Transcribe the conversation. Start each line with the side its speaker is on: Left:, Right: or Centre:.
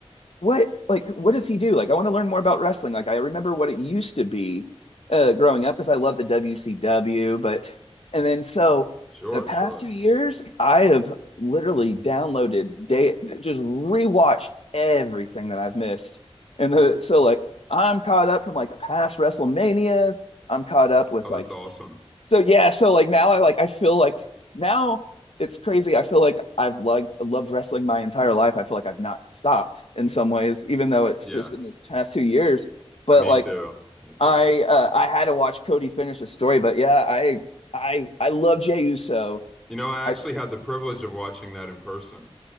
Left: what like what does he do? Like I want to learn more about wrestling. Like I remember what it used to be uh growing up because I love the WCW, but and then so
Centre: Sure,
Left: the past
Centre: sure.
Left: two years I have literally downloaded day just rewatched everything that I've missed. And the, so like I'm caught up from like the past WrestleManias. I'm caught up with
Centre: Oh,
Left: like
Centre: that's awesome.
Left: so yeah, so like now I like I feel like now it's crazy. I feel like I've like loved wrestling my entire life. I feel like I've not stopped in some ways, even though it's
Centre: Yeah,
Left: just been this past two years. But
Centre: me
Left: like
Centre: too. Me too.
Left: I uh, I had to watch Cody finish the story. But yeah, I I I love Jey Uso.
Centre: You know, I
Left: I
Centre: actually had the privilege of watching that in person.